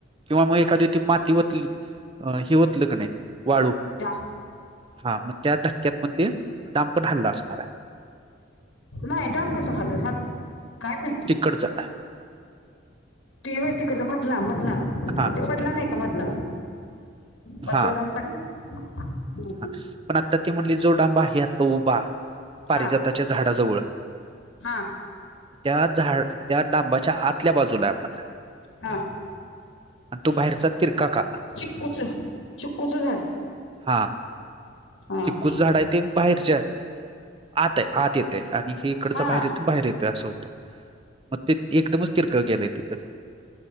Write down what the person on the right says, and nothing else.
किंवा मग एखादी ती माती वतली ही वत तल की नाय वाळू
हा मग त्या धक्क्यात पण ते डांपण हल्ला असणार आहे
कट झाला.
हा
हा
हा पण आता ती म्हणली जो डांब आहे आता उभा पारिजाताच्या
झाडाजवळ
त्या झाड त्या डांबाच्या आतल्या बाजूला हाय आपण.
आणि तो बाहेरचा तिरका का
हां.
चिककूच
झाड आहे, ते बाहेरच्या आत आहे, आत येते आणि हे. इकड बाहेर
येतून बाहेर येत असं होतं, मग ते एकदमच तिरकळ गेलेय तिथं.